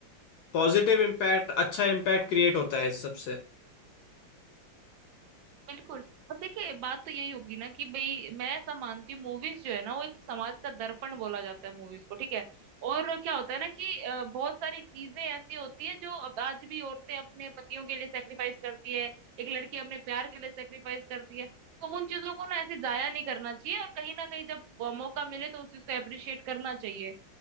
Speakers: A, on the left; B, on the right.
A: पॉजिटिव इम्पैक्ट अच्छा इम्पैक्ट क्रिएट होता है इस सबसे
B: बिल्कुल और देखिए बात तो यही होगी ना कि भाई मैं ऐसा मानती हूँ मूवीज जो है ना वो एक समाज का दर्पण बोला जाता है मूवीज को ठीक है और क्या होता है ना कि अ, बहुत सारी चीजें ऐसी होती है जो अब आज भी औरतें अपने पतियों के लिए सेक्रीफाइस करती है एक लड़की अपने प्यार के लिए सेक्रीफाइस करती है तो उन चीजों को ना ऐसे जाया नहीं करना चाहिए और कहीं ना कहीं जब अ, मौका मिले तो उस चीज को अप्रिशिएट करना चाहिए